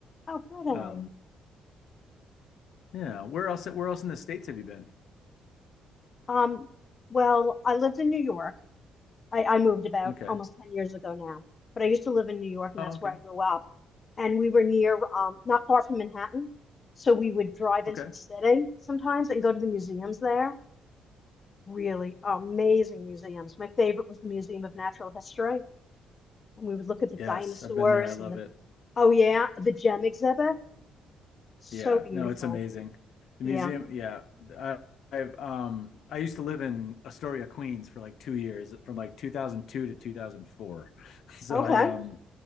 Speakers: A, on the left; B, on the left.
A: Oh, pretty.
B: Um, yeah. Where else? Where else in the states have you been?
A: Um, well, I lived in New York. I, I moved about
B: Okay.
A: almost 10 years ago now, but I used to live in New York, and
B: Oh,
A: that's
B: okay.
A: where I grew up. And we were near, um, not far from Manhattan. So we would drive
B: Okay.
A: into the city sometimes and go to the museums there. Really amazing museums. My favorite was the Museum of Natural History. And we would look at the
B: Yes,
A: dinosaurs
B: I've been there. I love
A: and the,
B: it.
A: oh, yeah, the gem exhibit. So
B: Yeah,
A: beautiful.
B: no, it's amazing. The
A: Yeah.
B: museum, yeah. I, I've um I used to live in Astoria, Queens for like two years, from like 2002 to 2004. <laughs> So
A: Okay.
B: I um